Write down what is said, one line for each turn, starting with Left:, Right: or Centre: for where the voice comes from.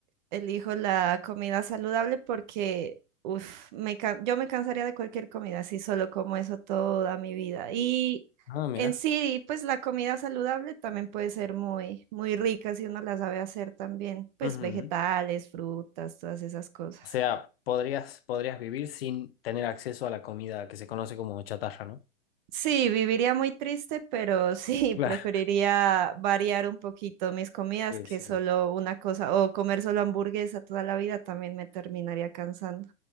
Right: elijo la comida saludable porque uf, me, ca- yo me cansaría de cualquier comida si solo como eso toda mi vida. Y
Left: Ah, mira.
Right: en sí, pues la comida saludable también puede ser muy, muy rica si uno la sabe hacer también, pues
Left: Ujú.
Right: vegetales, frutas, todas esas cosas.
Left: O sea, podrías, podrías vivir sin tener acceso a la comida que se conoce como chatarra, ¿no?
Right: Sí, viviría muy triste, pero sí,
Left: Claro.
Right: <laughs> preferiría variar un poquito mis comidas
Left: Sí,
Right: que
Left: sí.
Right: solo una cosa, o comer solo hamburguesa toda la vida también me terminaría cansando.